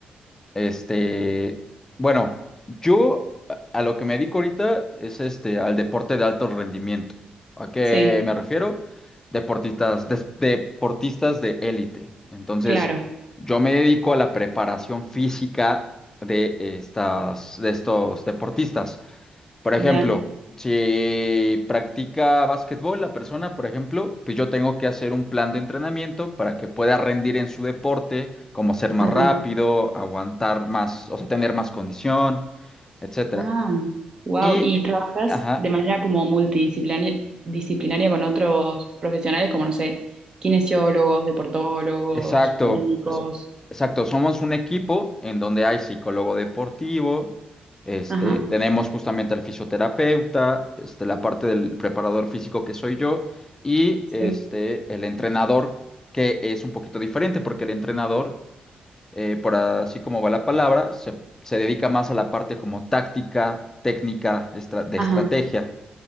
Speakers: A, on the left (about 15°); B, on the right (about 25°).
A: Este, bueno, yo a a lo que me dedico ahorita es este al deporte de alto rendimiento. ¿A qué
B: Sí,
A: me refiero? Deportistas, des- deportistas de élite. Entonces,
B: claro.
A: yo me dedico a la preparación física de estas, de estos deportistas. Por ejemplo,
B: Mirá.
A: si practica básquetbol la persona, por ejemplo, pues yo tengo que hacer un plan de entrenamiento para que pueda rendir en su deporte, como ser más
B: Ajá.
A: rápido, aguantar más, o sea, tener más condición, etcétera.
B: Ah, wow.
A: Y,
B: ¿Y trabajas
A: ajá,
B: de manera como multidisciplinaria disciplinaria con otros profesionales como, no sé, kinesiólogos, deportólogos,
A: Exacto,
B: médicos?
A: es- exacto. Somos un equipo en donde hay psicólogo deportivo, este,
B: Ajá,
A: tenemos justamente al fisioterapeuta, este, la parte del preparador físico que soy yo y este,
B: sí.
A: el entrenador que es un poquito diferente porque el entrenador, eh, por así como va la palabra, se, se dedica más a la parte como táctica, técnica, estra- de
B: Ajá,
A: estrategia,